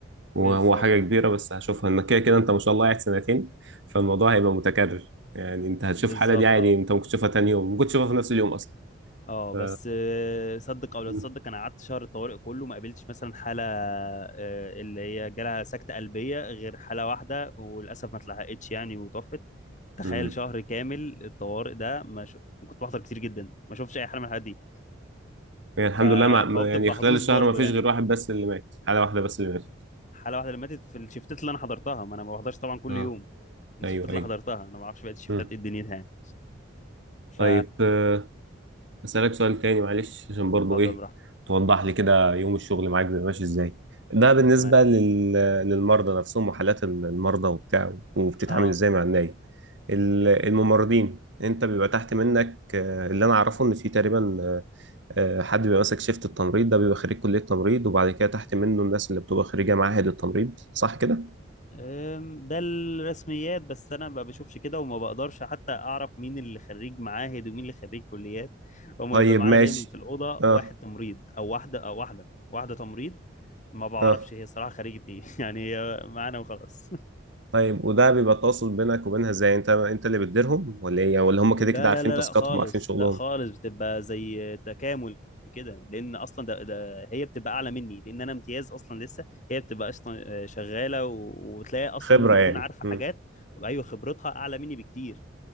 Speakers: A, on the right; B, on the left.
A: وهو
B: بالظبط
A: حاجة كبيرة بس هشوفها انك كده كده انت ما شاء الله قاعد سنتين فالموضوع هيبقى متكرر يعني انت
B: بالظبط
A: هتشوف حالة دي عادي
B: اه
A: انت ممكن تشوفها تاني يوم ممكن تشوفها في نفس اليوم اصلا
B: اه
A: ف...
B: بس آه، صدق او لا
A: مم.
B: تصدق انا قعدت شهر الطوارئ كله ما قابلتش مثلا حاله آه، اللي هي جالها سكته قلبيه غير حاله واحده وللاسف ما اتلحقتش يعني وتوفت تخيل
A: مم.
B: شهر كامل الطوارئ ده ما ش... كنت بحضر كتير جدا ما شوفش اي حاله من الحالات دي
A: يعني الحمد
B: ف...
A: لله ما... ما-
B: فهو بتبقى
A: يعني خلال
B: حظوظ
A: الشهر
B: برضه
A: ما فيش
B: يعني
A: غير واحد بس اللي مات حالة واحدة بس اللي مات
B: حاله واحده اللي ماتت في الشفتات اللي انا حضرتها ما انا ما بحضرش طبعا كل
A: اه
B: يوم الشفتات
A: ايوه
B: اللي
A: ايوه
B: حضرتها انا ما اعرفش بقى الشفتات
A: مم.
B: ايه دنيتها يعني ف
A: طيب آه، أسألك سؤال تاني معلش عشان
B: اتفضل
A: برضو إيه
B: براحتك
A: توضح لي كده يوم الشغل معاك بيبقى ماشي إزاي ده بالنسبة
B: تمام
A: لل... للمرضى نفسهم وحالات المرضى وبتاع وبتتعامل
B: اه
A: إزاي مع النايب ال- الممرضين أنت بيبقى تحت منك آه، اللي أنا أعرفه إن في تقريبا آه، آه، حد بيبقى ماسك شيفت التمريض ده بيبقى خريج كلية تمريض وبعد كده تحت منه الناس اللي بتبقى خريجة معاهد التمريض صح كده؟
B: أم، ده الرسميات بس انا ما بشوفش كده وما بقدرش حتى اعرف مين اللي خريج معاهد ومين اللي خريج كليات هما
A: طيب
B: بيبقى معانا
A: ماشي
B: دايما في الاوضه
A: أه
B: واحد تمريض او واحده او واحده واحده تمريض ما بعرفش
A: أه
B: هي صراحه خريجة ايه <laughs> يعني هي معانا وخلاص <laughs>
A: طيب وده بيبقى التواصل بينك وبينها ازاي انت انت اللي بتديرهم ولا ايه ولا هم كده
B: لا
A: كده عارفين
B: لا لا
A: تاسكاتهم
B: لا خالص
A: عارفين شغلهم
B: لا خالص بتبقى زي تكامل كده لان اصلا ده, ده هي بتبقى اعلى مني لان انا امتياز اصلا لسه هي بتبقى اصلا آه، شغاله و- وتلاقي اصلا
A: خبرة
B: ممكن
A: يعني
B: تكون عارفه
A: امم
B: حاجات ايوه خبرتها اعلى مني بكتير